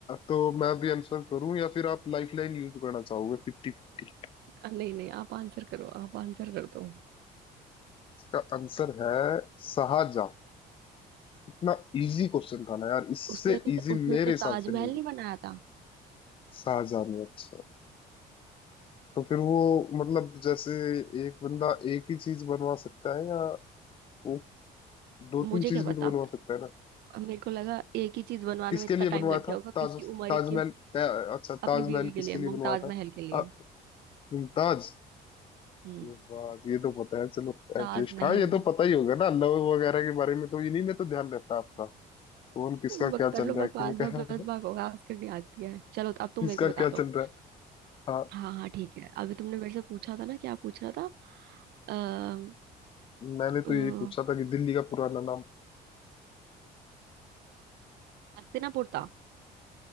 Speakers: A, on the left; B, on the right.
A: तो मैं भी आंसर करूं या फिर आप लाइफलाइन यूज करना चाहोगे फिफ्टी फिफ्टी
B: अ, नहीं नहीं आप आंसर करो आप आंसर कर दो
A: इसका आंसर है शाहजहां इतना इजी क्वेश्चन था ना यार इससे
B: उसने तो
A: इजी
B: उसने
A: मेरे
B: तो
A: हिसाब
B: ताजमहल
A: से नहीं
B: नहीं बनाया था
A: शाहजहां में अच्छा तो फिर वो मतलब जैसे एक बंदा एक ही चीज बनवा सकता है या वो दो
B: मुझे
A: तीन
B: क्या
A: चीज
B: पता
A: भी तो बनवा सकता है ना
B: अब मेरे को लगा एक ही चीज बनवाने
A: किसके
B: में इतना
A: लिए
B: टाइम
A: बनवाया
B: लग गया
A: था
B: होगा
A: ताज
B: कि उसकी उम्र
A: ताजमहल
B: ही की उस,
A: अ, अच्छा ताजमहल
B: अपनी बीवी के
A: किसके
B: लिए मुमताज
A: लिए बनवाया था
B: महल के लिए
A: अ, मुमताज
B: हम्म
A: ये बात ये तो पता है चलो
B: ताजमहल
A: एटलीस्ट हाँ ये तो पता ही होगा ना लव वगैरह के बारे में तो इन्हीं में तो ध्यान रहता है आपका कौन किसका
B: बक
A: क्या चल
B: कर लो बकवास
A: रहा है किसका
B: बस बस बकवास
A: <laughs>
B: करनी आती है चलो अब तुम
A: किसका
B: मेरे को बता
A: क्या चल
B: दो
A: रहा है हाँ
B: हाँ हाँ ठीक है अभी तुमने मेरे से पूछा था ना क्या पूछ रहा था अः
A: मैंने
B: हम्म
A: तो यही पूछा था कि दिल्ली का पुराना नाम
B: हस्तिनापुर था